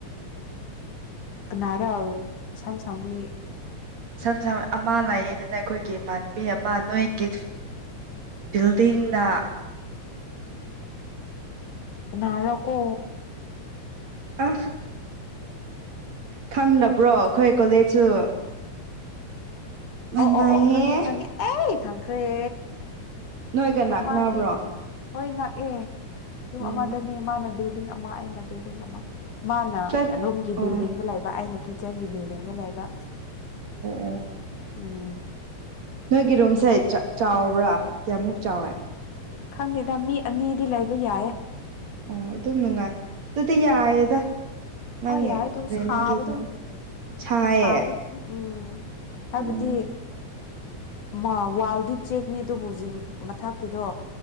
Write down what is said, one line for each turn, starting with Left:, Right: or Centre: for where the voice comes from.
Left: ꯀꯅꯥꯔꯥ ꯃꯁꯝ ꯁꯥꯡꯕꯤ?
Right: ꯁꯝ ꯁꯝ ꯑꯃ ꯂꯩꯌꯦ ꯗꯅ ꯈꯣꯏꯒꯤ ꯏꯃꯥꯟꯅꯕꯤ ꯑꯃ ꯅꯣꯏꯒꯤ ꯕꯤꯜꯗꯤꯡꯗ꯫
Left: ꯀꯅꯥꯔꯀꯣ
Right: ꯑ ꯈꯪꯅꯕ꯭ꯔꯣ ꯈꯣꯏ ꯀꯣꯂꯦꯖꯁꯨ? ꯃꯥꯟꯅꯩꯌꯦ
Left: ꯑꯣ ꯑꯣ ꯑꯣ ꯈꯪꯉꯦ ꯈꯪꯉꯦ ꯑꯩ ꯈꯪꯈ꯭ꯔꯦ꯫
Right: ꯅꯣꯏꯒ
Left: ꯑ
Right: ꯅꯛꯅꯕ꯭ꯔꯣ
Left: ꯃꯥꯗꯤ ꯍꯣꯏ ꯅꯛꯑꯦ ꯌꯨꯝ
Right: ꯑꯣ
Left: ꯑꯃꯗꯅꯦ ꯃꯥꯅ ꯕꯤꯜꯗꯤꯡ ꯑꯩꯅ ꯕꯤꯜꯗꯤꯡ ꯑꯃ ꯃꯥꯅ
Right: ꯐ꯭ꯂꯦꯠ
Left: ꯔꯨꯝꯒꯤ
Right: ꯑꯣ
Left: ꯕꯤꯜꯗꯤꯡꯗ
Right: ꯑꯣ
Left: ꯂꯩꯕ ꯑꯩꯅ ꯀꯤꯠꯆꯟꯒꯤ ꯕꯤꯜꯗꯤꯡꯗ ꯂꯩꯕ
Right: ꯑꯣ
Left: ꯎꯝ
Right: ꯅꯣꯏꯒꯤ ꯔꯨꯝꯁꯦ
Left: ꯑꯗꯨꯒꯤ
Right: ꯆꯥꯎꯕ꯭ꯔꯥ ꯀꯌꯥꯃꯨꯛ ꯆꯥꯎꯋꯦ
Left: ꯈꯪꯗꯦꯗ ꯃꯤ ꯑꯅꯤꯗꯤ ꯂꯩꯕ ꯌꯥꯏꯌꯦ
Right: ꯑꯥ ꯑꯗꯨꯝ ꯅꯨꯡꯉꯥꯏ ꯑꯗꯨꯗꯤ ꯌꯥꯏꯌꯦꯗ ꯅꯪꯒꯤ
Left: ꯍꯣꯏ ꯌꯥꯏꯗꯨ
Right: ꯔꯦꯟꯒꯤꯗꯣ
Left: ꯁꯥꯕꯗꯨ
Right: ꯁꯥꯏꯌꯦ
Left: ꯁꯥꯕ ꯎꯝ ꯍꯥꯏꯕꯗꯤ
Right: ꯎꯝ
Left: ꯃꯥ ꯋꯥꯜꯗꯤ ꯆꯦꯛꯅꯤ ꯑꯗꯨꯕꯨ ꯖꯤꯡ ꯃꯊꯛꯀꯤꯗꯣ